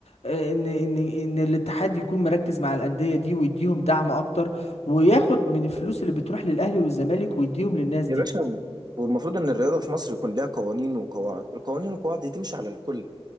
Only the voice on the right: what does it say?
يا
باشا والمفروض ان الرياضه في مصر يكون ليها قوانين وقواعد القوانين والقواعد دي تمشي على الكل